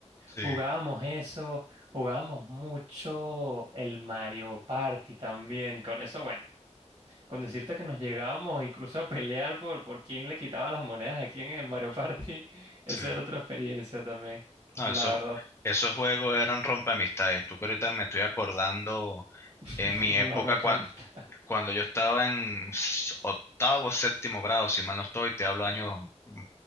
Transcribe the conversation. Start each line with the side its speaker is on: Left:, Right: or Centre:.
Left: sí,
Right: Jugábamos eso, jugábamos mucho el Mario Party también. Con eso, bueno, con decirte que nos llegábamos incluso a pelear por, por quién le quitaba las monedas a quién en el Mario Party, <laughs> eso
Left: sí.
Right: era otra experiencia también,
Left: No,
Right: la
Left: esos,
Right: verdad.
Left: esos juegos eran rompeamistades. Tú que ahorita me estoy acordando
Right: <laughs>
Left: en mi época
Right: Lo rompe
Left: cua-
Right: amistad.
Left: cuando yo estaba en s- octavo, séptimo grado, si mal no estoy, te hablo año dos- mm,